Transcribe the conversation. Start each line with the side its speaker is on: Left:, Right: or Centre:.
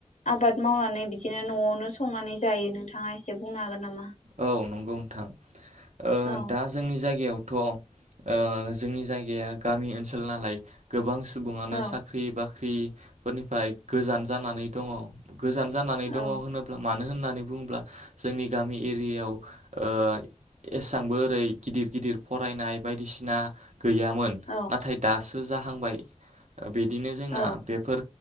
Left: आबाद मावनानै बिदिनो न'आवनो संनानै जायो नोंथाङा एसे बुंनो हागोन नामा?
Right: औ नंगौ नोंथां। ओ
Left: औ
Right: दा जोंनि जायगायाव थ' ओ जोंनि जायगाया गामि ओनसोल नालाय गोबां सुबुङानो
Left: औ
Right: साख्रि बाख ख्रि फोरनिफ्राय गोजान जानानै दङ। गोजान जानानै
Left: औ
Right: दङ होनोब्ला मानो होन होननानै बुङोब्ला जोंनि गामि एरियायाव ओ एसांबो ओरै गिदिर गिदिर फरायनाय बायदिसिना गैयामोन
Left: औ
Right: नाथाय दासो जाहांबाय। बिदिनो जोंना
Left: औ
Right: बेफोर